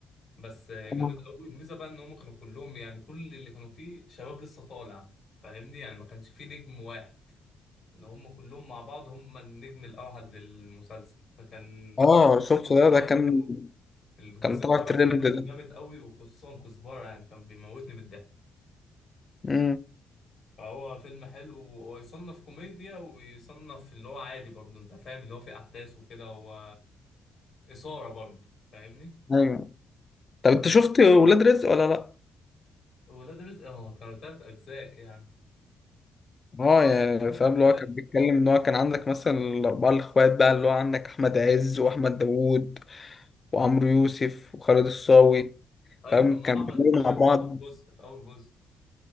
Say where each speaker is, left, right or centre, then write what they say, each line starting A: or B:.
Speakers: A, on the left; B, on the left.
A: بس جامد
B: يعني
A: قوي الميزه بقى ان هم كانوا كلهم يعني كل اللي كانوا فيه شباب لسه طالع فاهمني يعني ما كانش فيه نجم واحد ان هم كلهم مع بعض هم النجم الاوحد للمسلسل فكان
B: اه
A: بصراحه
B: شفته
A: الجزء
B: ده
A: الاول
B: ده كان
A: منه الجزء
B: كان طلع
A: الاول
B: ترند
A: منه
B: ده
A: كان جامد قوي وخصوصا كزبره يعني كان بيموتني بالضحك
B: امم
A: فهو فيلم حلو وهو يصنف كوميديا ويصنف اللي هو عادي برضه انت فاهم اللي هو فيه احداث وكده هو اثاره برضه فاهمني
B: ايوه طب انت شفت ولاد رزق ولا لا
A: ولاد رزق اه كانوا تلات اجزاء يعني
B: اه يا
A: هم
B: فاهم
A: التلاتة
B: اللي هو كان بيتكلم ان هو كان عندك مثلا الاربعه الاخوات بقى اللي هو عندك احمد عز واحمد داوود وعمرو يوسف وخالد الصاوي
A: ايوه
B: فاهم
A: كان ماما
B: كانوا
A: احمد
B: بيعملوا
A: الفيشاوي
B: مع بعض
A: برضه في جزء في اول جزء